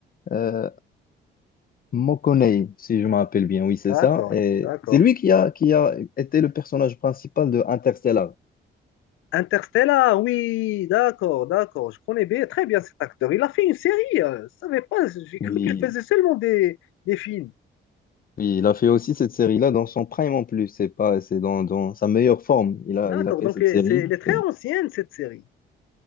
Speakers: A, on the left (about 45°); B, on the left (about 85°).
A: euh, McConaughey, si je me rappelle bien. Oui, c'est
B: D'accord.
A: ça. Et
B: D'accord.
A: c'est lui qui a, qui a été le personnage principal de Interstellar.
B: Interstellar, oui, d'accord, d'accord. Je connais bien, très bien cet acteur. Il a fait une série. euh, Je ne savais pas. J'ai
A: Oui,
B: cru qu'il faisait seulement des, des films.
A: oui, il a fait aussi cette série-là dans son prime en plus. C'est pas, c'est dans, dans sa meilleure forme. Il a,
B: D'accord.
A: il a fait
B: Donc,
A: cette
B: euh,
A: série.
B: c'est, elle est très
A: C'est-
B: ancienne, cette série.